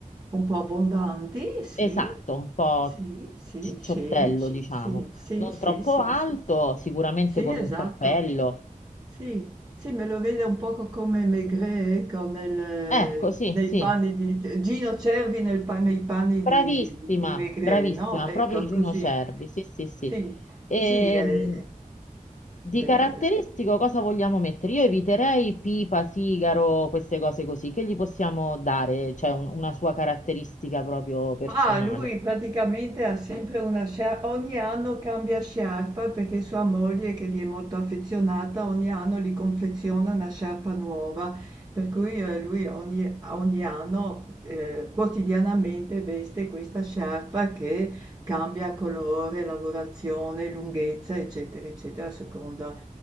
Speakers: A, on the right; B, on the left.
A: un po' abbondanti, sì,
B: Esatto, un po'
A: sì, sì,
B: cicciottello,
A: scenici,
B: diciamo,
A: sì, sì,
B: non
A: sì,
B: troppo
A: sì,
B: alto,
A: sì,
B: sicuramente
A: sì,
B: con
A: esatto,
B: un cappello.
A: sì, sì, me lo vedo un poco come Maigret, ecco, nel-
B: Ecco, sì,
A: nei
B: sì,
A: panni di, Gino Cervi nel pa- nei panni
B: bravissima,
A: di, di Maigret,
B: bravissima,
A: no? Ecco,
B: proprio
A: così,
B: Gino Cervi, sì, sì, sì.
A: sì,
B: Ehm,
A: sì, eh,
B: di
A: del-
B: caratteristico cosa vogliamo mettere? Io eviterei pipa, sigaro, queste cose così, che gli possiamo dare, cioè un- una sua caratteristica proprio personale.
A: Mah, lui praticamente ha sempre una scia ogni anno cambia sciarpa perché sua moglie, che gli è molto affezionata, ogni anno gli confeziona una sciarpa nuova, per cui eh, lui ogni, ogni anno eh, quotidianamente veste questa sciarpa che cambia colore, lavorazione, lunghezza, eccetera, eccetera, a seconda,